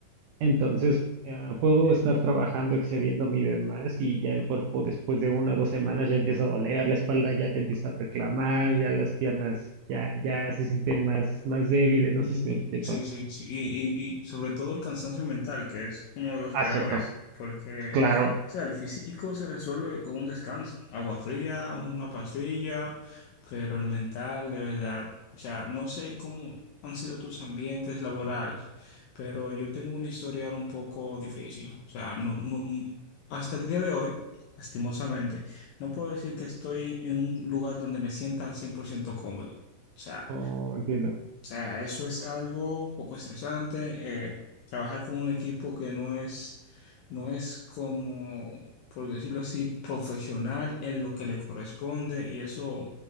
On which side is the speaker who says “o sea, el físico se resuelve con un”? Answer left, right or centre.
Left